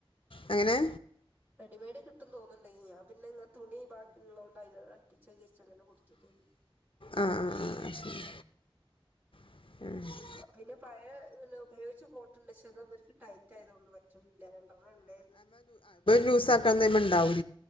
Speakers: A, on the left; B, on the right.
A: അങ്ങനെ
B: റെഡിമെയ്ഡ് കിട്ടും തോന്നുന്നുണ്ട് ഞാൻ പിന്നെ തുണി ബാക്കിയൊള്ളണ്ട് അയിന് യ്ച്ചങ്ങനെ കൊടുത്ത് തീർന്നു
A: ആ ആ ആ അയ്സെരി <unintelligible>
B: പിന്നെ പഴേ ഉപയോഗിച്ച കോട്ടുണ്ട് ക്ഷേ അത് ഇവർക്ക് ടൈറ്റ് ആയതകൊണ്ട് പറ്റുന്നി ഇല്ലണ്ടന്ന ഉണ്ടായിരുന്നു
A: രൂസ മണ്ടാവും